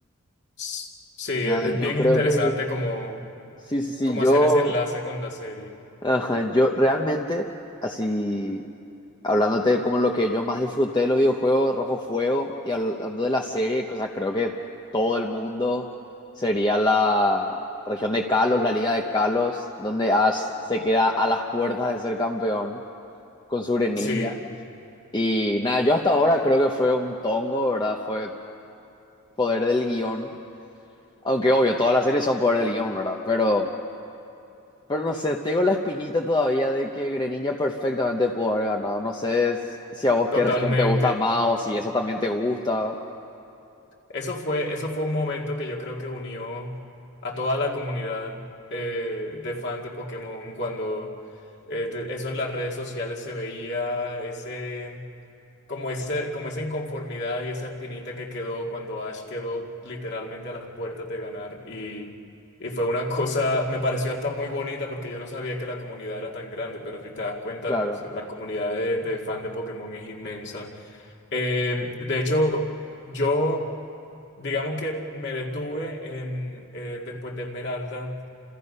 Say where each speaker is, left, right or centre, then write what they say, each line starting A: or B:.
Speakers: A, on the left; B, on the left.
A: Sí, e-
B: nada,
A: es
B: yo
A: bien
B: creo
A: interesante
B: que
A: como,
B: sí, sí, sí,
A: como
B: yo
A: hacer ese enlace con la serie.
B: Ajá, yo realmente, así, hablándote como lo que yo más disfruté de los videojuegos, Rojo Fuego, y hablando de la serie, o sea, creo que todo el mundo sería la región de Kalos, la liga de Kalos, donde Ash se queda a las puertas de ser campeón con su Greninja.
A: Sí,
B: Y nada, yo hasta ahora creo que fue un tongo, ¿verdad? Fue poder del guión. Aunque obvio, todas las series son poder del guión, ¿verdad? Pero Pero no sé, tengo la espinita todavía de que Greninja perfectamente pudo haber ganado. No sé s- si a vos
A: totalmente.
B: qué región te Sí. gusta Sí. más o si esa también te gusta.
A: Eso fue, eso fue un momento que yo creo que unió a toda la comunidad eh, de fans de Pokémon cuando eh, te- eso en las redes sociales se veía, ese, como ese, como esa inconformidad y esa espinita que quedó cuando Ash quedó literalmente a las puertas de ganar. Y, y fue una cosa, me pareció hasta muy bonita porque yo no sabía que la comunidad era tan grande, pero si te das cuenta,
B: Claro,
A: pues, la comunidad de, de fans de Pokémon es inmensa. Eh, de hecho, yo... Digamos que me detuve en, eh, después de Esmeralda.